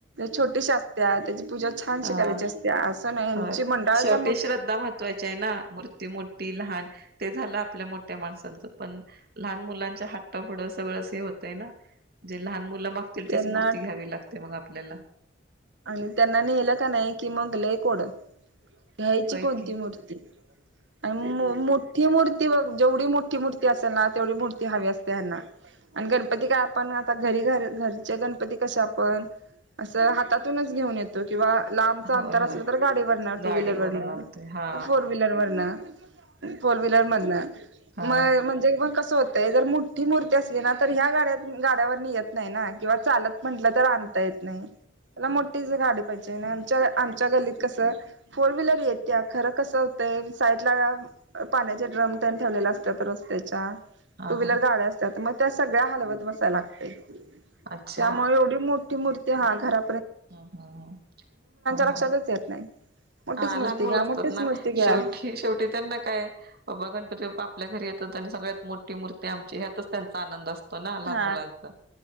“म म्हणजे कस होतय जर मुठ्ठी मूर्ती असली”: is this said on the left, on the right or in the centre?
Right